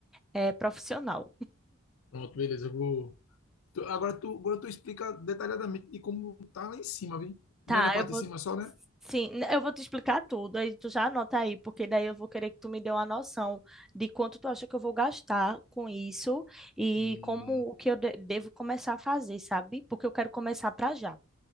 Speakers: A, in the centre; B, on the left.
A: é, profissional.
B: Pronto, beleza, eu vou. Tu- agora tu, agora tu explica detalhadamente de como tá lá em cima, viu?
A: Tá,
B: Não é na parte
A: eu vou.
B: de cima só, né?
A: Sim, n- eu vou te explicar tudo, aí tu já anota aí, porque daí eu vou querer que tu me dê uma noção de quanto tu acha que eu vou gastar com isso e
B: Hum.
A: como o que eu de- devo começar a fazer, sabe? Porque eu quero começar pra já.